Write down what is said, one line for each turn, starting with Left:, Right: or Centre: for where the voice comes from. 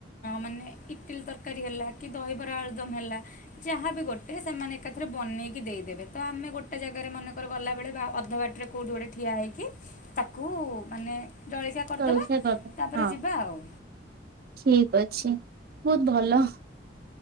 Left: ମାନେ ଇଟିଲ ତରକାରୀ ହେଲା କି ଦହିବରା ଆଳୁଦମ୍ ହେଲା। ଯାହାବି ଗୋଟେ ସେମାନେ ଏକାଥରେ ବନେଇକି ଦେଇଦେବେ ତ ଆମେ ଗୋଟେ ଜାଗାରେ ମନେକର ଗଲାବେଳେ ବା ଅଧ ବାଟରେ କୋଉଠି ଗୋଟେ ଠିଆ ହୋଇକି ତାକୁ ମାନେ ଜଳିଖିଆ କରିଦେବା
Right: ଜଳଖିଆ କରିଦେବା
Left: ତାପରେ
Right: ହଁ
Left: ଯିବା ଆଉ।
Right: ଠିକ ଅଛି ବହୁତ ଭଲ।